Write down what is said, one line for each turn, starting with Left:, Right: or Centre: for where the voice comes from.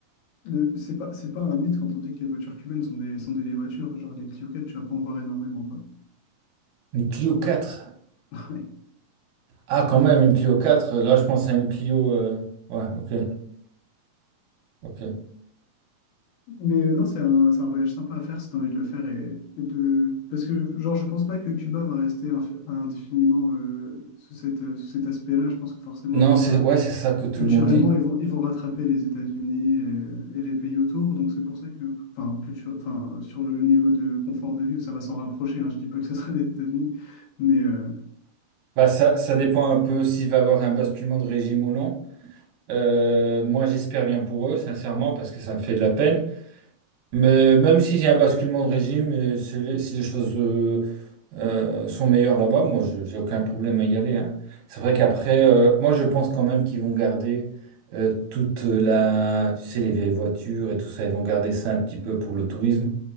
Left: le- c'est pas, c'est pas un mythe quand on dit que les voitures cubaines sont des, sont des vieilles voitures. Genre, les Clio 4, tu vas pas en voir énormément, quoi.
Right: Une Clio 4.
Left: <laughs> Ouais.
Right: Ah, quand même, une Clio 4. Là, je pense à une Clio. euh, Ouais, ok, ok.
Left: Mais euh, non, c'est un, c'est un voyage sympa à faire si tu as envie de le faire. Et, et de... Parce que, genre, je pense pas que Cuba va rester inf- indéfiniment euh, sous cette, euh, sous cet aspect-là. Je pense que forcément,
Right: Non,
Left: un jour,
Right: c'est
Left: euh,
Right: ouais, c'est ça que tout
Left: culturellement,
Right: le monde dit.
Left: ils vont, ils vont rattraper les États-Unis et, et les pays autour. Donc c'est pour ça que, enfin, culture, enfin, sur le niveau de confort de vie, ça va s'en rapprocher. hein. je dis pas que ce sera les États-Unis, mais euh, je
Right: Bah, ça, ça dépend un peu s'il va y avoir un basculement de régime ou non. Euh, moi, j'espère bien pour eux, sincèrement, parce que ça me fait de la peine. Mais même s'il y a un basculement de régime, et si les, si les choses euh, euh, sont meilleures là-bas, moi, je- j'ai aucun problème à y aller. hein. C'est vrai qu'après, euh, moi, je pense quand même qu'ils vont garder euh, toute la, tu sais, les vieilles voitures et tout ça, ils vont garder ça un petit peu pour le tourisme.